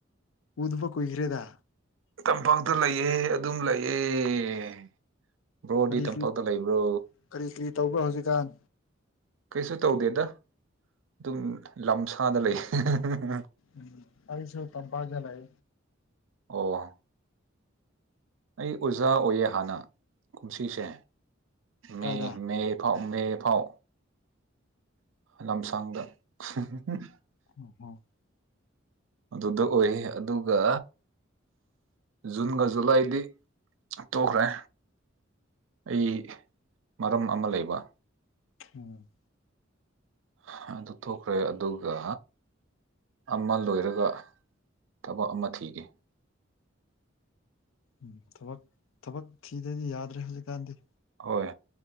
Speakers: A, on the left; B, on the right.
A: ꯎꯗꯕ ꯈꯨꯏꯈ꯭ꯔꯦꯗ
B: ꯇꯝꯄꯥꯛꯇ ꯂꯩꯌꯦ ꯑꯗꯨꯝ ꯂꯩꯑꯦ ꯕ꯭ꯔꯣꯗꯤ
A: ꯀꯔꯤ
B: ꯇꯝꯄꯥꯛꯇ
A: ꯀꯔꯤ
B: ꯂꯩꯕ꯭ꯔꯣ
A: ꯀꯔꯤ ꯀꯔꯤ ꯇꯧꯕ꯭ꯔꯥ ꯍꯧꯖꯤꯛꯀꯥꯟ
B: ꯀꯩꯁꯨ ꯇꯧꯗꯦꯗ ꯑꯗꯨꯝ ꯂꯝꯁꯥꯗ ꯂꯩ ꯍꯦꯍꯦꯍꯦ
A: ꯎꯝ ꯑꯩꯁꯨ ꯇꯝꯄꯥꯛꯇ ꯂꯩ
B: ꯑꯣ ꯑꯩ ꯑꯣꯖꯥ ꯑꯣꯏꯌꯦ ꯍꯥꯟꯅ ꯀꯨꯝꯁꯤꯁꯦ ꯃꯦ
A: ꯀꯥꯏꯗ
B: ꯃꯦ ꯐꯥꯎ ꯃꯦ ꯐꯥꯎ ꯂꯝꯁꯥꯡꯗ ꯍꯤꯍꯤꯍꯤ
A: ꯑꯣ ꯍꯣ
B: ꯑꯗꯨꯗ ꯑꯣꯏ ꯑꯗꯨꯒ ꯖꯨꯟꯒ ꯖꯨꯂꯥꯏꯗꯤ ꯇꯣꯛꯈ꯭ꯔꯦ ꯑꯩ ꯃꯔꯝ ꯑꯃ ꯂꯩꯕ
A: ꯎꯝ
B: ꯍꯥ ꯑꯗꯨ ꯊꯣꯛꯈ꯭ꯔꯦ ꯑꯗꯨꯒ ꯑꯃ ꯂꯣꯏꯔꯒ ꯊꯕꯛ ꯑꯃ ꯊꯤꯒꯦ
A: ꯎꯝ ꯊꯕꯛ ꯊꯕꯛ ꯊꯤꯗꯗꯤ ꯌꯥꯗ꯭ꯔꯦ ꯍꯧꯖꯤꯛꯀꯥꯟꯗꯤ
B: ꯍꯣꯏ